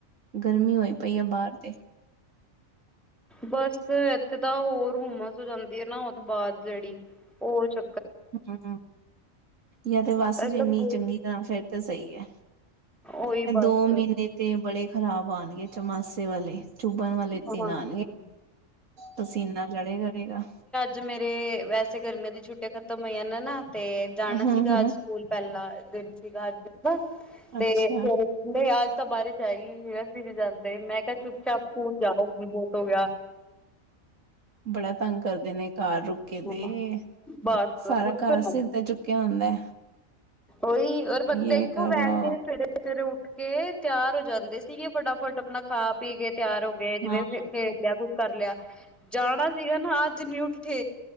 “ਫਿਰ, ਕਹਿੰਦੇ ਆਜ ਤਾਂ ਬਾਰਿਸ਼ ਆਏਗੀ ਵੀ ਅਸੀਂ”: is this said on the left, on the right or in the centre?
Centre